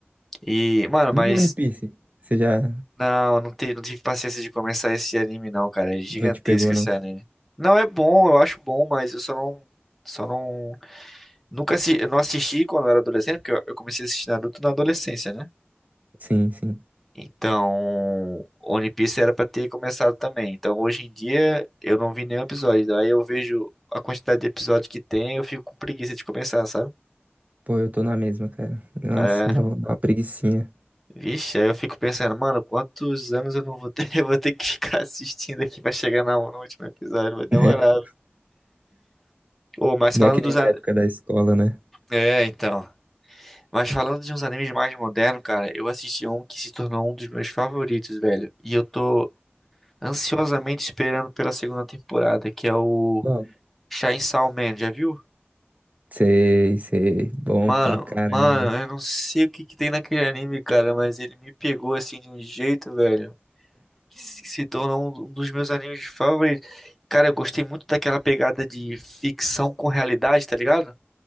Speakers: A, in the centre; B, on the right.
A: E, mano,
B: E
A: mas
B: o One Piece? Você já
A: Não, não, te- não tive paciência de começar esse anime, não, cara. É gigantesco
B: não te pegou, não?
A: esse anime. Não é bom, eu acho bom, mas eu só não. Só não. Nunca assi- eu não assisti quando eu era adolescente, porque eu eu comecei a assistir Naruto na adolescência, né?
B: Sim, sim.
A: Então. One Piece era pra ter começado também. Então hoje em dia eu não vi nenhum episódio. Aí eu vejo a quantidade de episódio que tem, eu fico com preguiça de começar, sabe?
B: Pô, eu tô na mesma, cara. Nossa,
A: É,
B: dá, uma- dá uma preguicinha.
A: Vixe, aí eu fico pensando, mano, quantos anos eu não vou ter? <laughs> Eu vou ter que ficar assistindo aqui pra chegar na- no último episódio, vai demorar.
B: <laughs>
A: Ô, mas
B: Não
A: falando
B: é que nem
A: dos an...
B: na época da escola, né?
A: É, então. Mas falando de uns animes mais modernos, cara, eu assisti um que se tornou um dos meus favoritos, velho. E eu tô ansiosamente esperando pela segunda temporada, que é o
B: Qual?
A: Chainsaw Man, já viu?
B: Sei, sei. Bom
A: Mano,
B: pra caramba.
A: mano, eu não sei o que que tem naquele anime, cara, mas ele me pegou assim de um jeito, velho, que se se tornou um um dos meus animes favoritos. Cara, eu gostei muito daquela pegada de ficção com realidade, tá ligado?